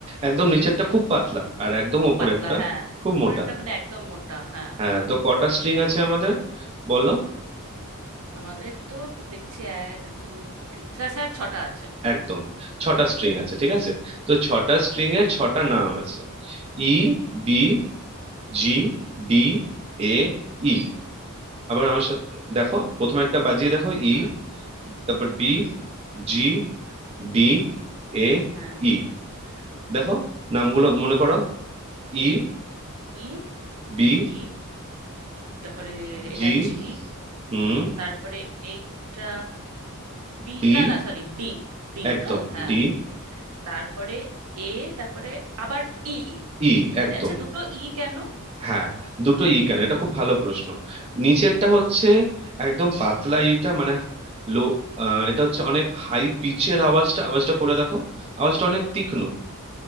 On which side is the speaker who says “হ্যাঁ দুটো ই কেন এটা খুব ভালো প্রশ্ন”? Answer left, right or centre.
Right